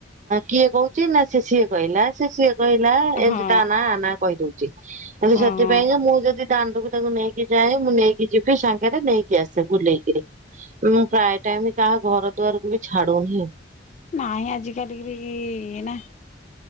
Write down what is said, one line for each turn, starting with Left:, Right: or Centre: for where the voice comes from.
Right: କିଏ କହୁଛି ନା ସେ ସିଏ କହିଲା ସେ ସିଏ କହିଲା ଏମିତି
Left: ହଁ
Right: ତା ନା ଆ ନା କହିଦେଉ ହେଲେ
Left: ହଁ
Right: ସେଥି ପାଇଁକା ମୁଁ ଯଦି। ଦାଣ୍ଡକୁ ତାକୁ ନେଇକି ଯାଏ ମୁଁ ନେଇକି ଯିବି ସାଙ୍ଗରେ ନେଇକି ଆସେ ବୁଲେଇ କିରି। ମୁଁ ପ୍ରାୟ ଟାଇମ କାହା ଘର। ଦୁଆରକୁ ବି ଛାଡୁନି
Left: ନହିଁ ଆଜିିକାଲି କି ବି ନା।